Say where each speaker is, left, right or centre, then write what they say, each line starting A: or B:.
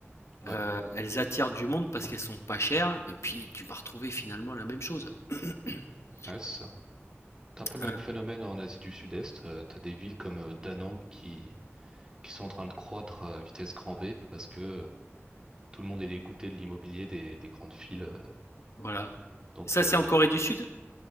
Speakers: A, on the left; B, on the right.
A: Heu,
B: Ouais,
A: elles attirent du monde parce qu'elles sont pas chères et puis tu vas retrouver finalement la même chose. <clears throat>
B: Nice. T'as un peu le
A: Heu,
B: même phénomène en Asie du Sud-Est. Euh, t'as des villes comme euh, Da Nang qui, qui sont en train de croître euh, à vitesse grand V parce que euh, tout le monde est dégoûté de l'immobilier des, des grandes villes. euh.
A: voilà.
B: donc,
A: Et Ça,
B: euh,
A: c'est en Corée
B: ouais.
A: du Sud?